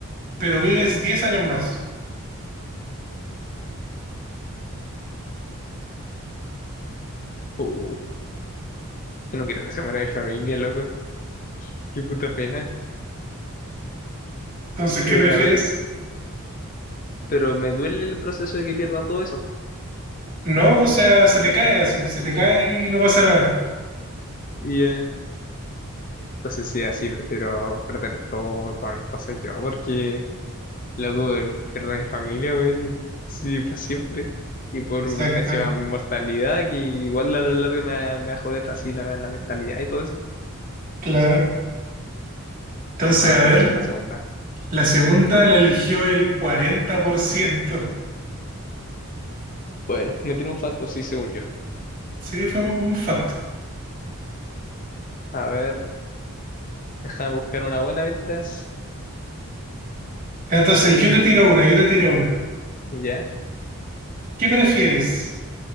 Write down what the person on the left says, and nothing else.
Uh, no quiero que se muera mi familia, loco. Qué puta pena.
Yo
la ve, pero me duele el proceso de que pierda todo eso.
Y eh, entonces sí, así prefiero perder todo, todas mis cosas yo, porque loco, eh, pierdo a mi familia, weón, sí, para siempre. Y por
encima mi mortalidad, que igual a la larga me, me va a joder así la, la mentalidad y todo eso.
No,
entonces
es la segunda.
Bueno, me tiene un facto, sí, según yo.
A ver, deja buscar una buena mientras.
Eh,
ya.